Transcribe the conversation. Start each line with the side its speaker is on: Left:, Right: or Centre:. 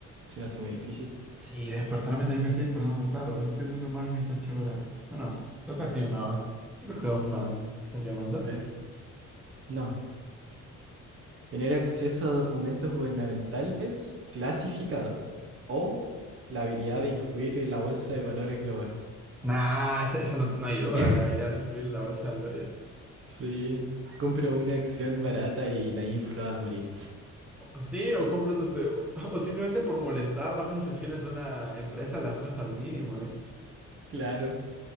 Right: se me hace muy difícil.
Centre: Sí, despertarme también me estoy despertando tarde, o sea, estoy durmiendo más de mis ocho horas. Bueno, toca a ti o no. Yo creo
Right: Mm,
Centre: que dos más. ¿Están llamando?
Right: a ver, no, tener acceso a documentos gubernamentales clasificados o la habilidad de influir en la bolsa de valores global.
Centre: Nah, esa, esa no, no hay duda,
Right: <laughs>
Centre: la habilidad de influir en la bolsa de valores.
Right: Sí, compro una acción barata y la inflo a morir.
Centre: O- Sí, o compras este, o o simplemente por molestar, bajas las acciones de una empresa, las bajas al mínimo, ¿eh?
Right: Claro. <laughs>